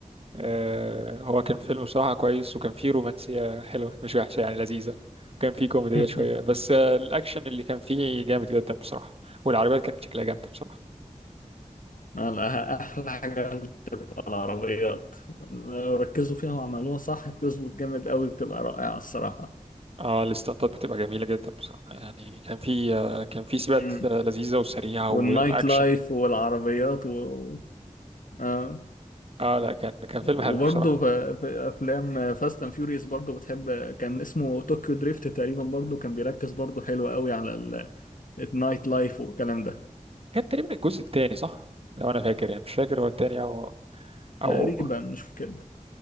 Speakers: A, on the right (about 45°); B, on the left (about 85°).
A: آه هو كان فيلم بصراحه كويس وكان فيه رومانسيه حلوه مش وحشه يعني لذيذه وكان فيه كوميديه
B: <laughs>
A: شويه بس آه الاكشن اللي كان فيه جامد جدا بصراحه والعربيات كانت شكلها جامد بصراحه
B: آه، لا، أحلى حاجة بتبقى العربيات لو ركزوا فيها وعملوها صح بتظبط جامد قوي بتبقى رائعة الصراحة
A: اه الاستنطات بتبقى جميله جدا بصراحه يعني كان فيه آه كان فيه سباقات
B: مم.
A: آه، لذيذه وسريعه
B: والنايت
A: واكشن
B: لايف والعربيات و... آه.
A: اه لا كان كان فيلم
B: وبرضه
A: حلو بصراحه
B: في في افلام فاست اند فيوريوس برضه بتحب كان اسمه طوكيو دريفت تقريبا برضه كان بيركز برضه حلو قوي على ال- النايت لايف والكلام ده
A: كان تقريبا الجزء الثاني صح لو انا فاكر يعني مش فاكر هو التاني او او
B: تقريبا مش كده